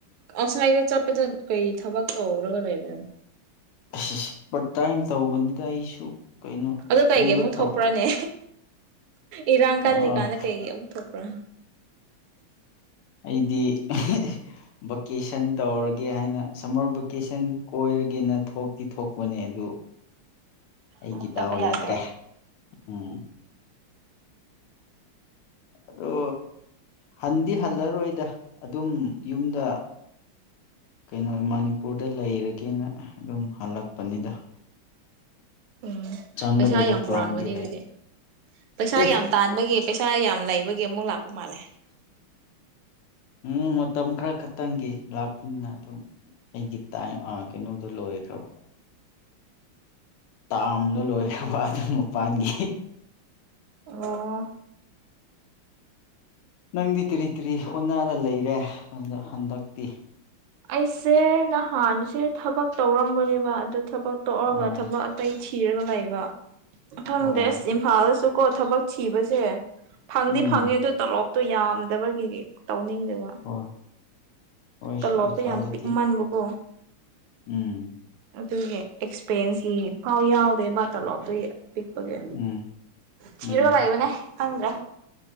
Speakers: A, on the right (about 85°); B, on the left (about 90°).
A: ꯑꯥꯎꯠꯁꯥꯏꯗ ꯆꯠꯄꯗ ꯀꯩ ꯊꯕꯛ ꯇꯧꯔꯒ ꯂꯩꯕꯅꯣ
B: ꯑꯁ ꯑꯁ ꯄꯔꯠꯇꯥꯏꯝ ꯇꯧꯕꯅꯤꯗ ꯑꯩꯁꯨ ꯀꯩꯅꯣ
A: ꯑꯗꯣ
B: ꯁ꯭ꯀꯨꯜꯗ
A: ꯀꯩꯒꯤ ꯑꯃꯨꯛ
B: ꯊꯕꯛ
A: ꯊꯣꯛꯄ꯭ꯔꯥꯅꯦ ꯏꯔꯥꯡ ꯀꯜꯂꯤꯀꯥꯟꯅ
B: ꯑꯥ
A: ꯀꯩꯒꯤ ꯑꯃꯛ ꯊꯣꯛꯄ꯭ꯔꯥ
B: ꯑꯩꯗꯤ ꯑꯦ ꯍꯦ ꯑꯦ ꯚꯦꯀꯦꯁꯟ ꯇꯧꯔꯒꯦ ꯍꯥꯏꯅ ꯁꯝꯃꯔ ꯚꯦꯀꯦꯁꯟ ꯀꯣꯏꯔꯒꯦꯅ ꯊꯣꯛꯇꯤ ꯊꯣꯛꯄꯅꯦ ꯑꯗꯨ ꯑꯩꯒꯤ
A: ꯑꯃꯨꯛ ꯆꯠꯄ
B: ꯗꯥꯎ
A: ꯌꯥꯗꯦ
B: ꯌꯥꯗ꯭ꯔꯦ ꯎꯝ ꯑꯗꯣ ꯍꯟꯗꯤ ꯍꯜꯂꯔꯣꯏꯗ ꯑꯗꯨꯝ ꯌꯨꯝꯗ ꯀꯩꯅꯣ ꯃꯅꯤꯄꯨꯔꯗ ꯂꯩꯔꯒꯦꯅ ꯑꯗꯨꯝ ꯍꯜꯂꯛꯄꯅꯤꯗ
A: ꯎꯝ
B: ꯆꯪꯒꯗꯧꯕ
A: ꯄꯩꯁꯥ ꯌꯥꯝ
B: ꯄ꯭ꯂꯥꯟꯗꯤ
A: ꯄꯨꯔꯝꯒꯅꯤ ꯑꯗꯨꯗꯤ
B: ꯂꯩ
A: ꯄꯩꯁꯥ
B: ꯑꯦ
A: ꯌꯥꯝ ꯇꯥꯟꯕꯒꯤ ꯄꯩꯁꯥ ꯌꯥꯝ ꯂꯩꯕꯒꯤ ꯑꯃꯨꯛꯂꯥꯛ ꯎ ꯃꯥꯜꯂꯦ
B: ꯎꯝ ꯃꯇꯝ ꯈꯔ ꯈꯛꯇꯪꯒꯤ ꯂꯥꯛꯄꯅꯤꯅ ꯑꯗꯨꯝ ꯑꯩꯒꯤ ꯇꯥꯏꯝ ꯑ ꯀꯩꯅꯣꯗꯣ ꯂꯣꯏꯈ꯭ꯔꯕ ꯇꯥꯝꯗꯣ ꯂꯣꯏꯈ꯭ꯔꯕ ꯑꯗꯨ ꯃꯄꯥꯟꯒꯤ
A: ꯑꯥ
B: ꯅꯪꯗꯤ ꯀꯔꯤ ꯀꯔꯤ ꯍꯣꯠꯅꯔ ꯂꯩꯔꯦ ꯍꯟ ꯍꯟꯗꯛꯇꯤ
A: ꯑꯩꯁꯦ ꯅꯍꯥꯟꯁꯦ ꯊꯕꯛ ꯇꯧꯔꯝꯕꯅꯦꯕ ꯑꯗꯨ ꯊꯕꯛ ꯇꯣꯛꯑꯒ
B: ꯑꯣ
A: ꯊꯕꯛ ꯑꯇꯩ ꯊꯤꯔꯒ ꯂꯩꯕ ꯈꯪꯗꯦꯁ
B: ꯑꯣ
A: ꯏꯝꯐꯥꯜꯁꯨ ꯀꯣ ꯊꯕꯛ ꯊꯤꯕꯁꯦ ꯐꯪꯗꯤ
B: ꯎꯝ
A: ꯐꯪꯉꯦ ꯑꯗꯨ ꯇꯣꯂꯣꯞ ꯇꯨ ꯌꯥꯝꯗꯕꯒꯤ ꯇꯧꯅꯤꯡꯗꯕ
B: ꯍꯣꯏ ꯍꯣꯏ
A: ꯇꯣꯂꯣꯞ
B: ꯏꯝꯐꯥꯜꯗꯗꯤ
A: ꯁꯦ ꯌꯥꯝ ꯄꯤꯛꯃꯟꯕꯀꯣ
B: ꯎꯝ
A: ꯑꯗꯨꯒꯤ ꯑꯦꯛꯁꯄꯦꯔꯦꯟꯁꯀꯤ ꯐꯥꯎ ꯌꯥꯎꯗꯦꯕ ꯇꯣꯂꯣꯞꯇꯨꯒꯤ ꯄꯤꯛꯄꯒꯤ
B: ꯎꯝ
A: ꯊꯤꯔꯒ
B: ꯎꯝ
A: ꯂꯩꯕꯅꯦ ꯈꯪꯗ꯭ꯔꯦ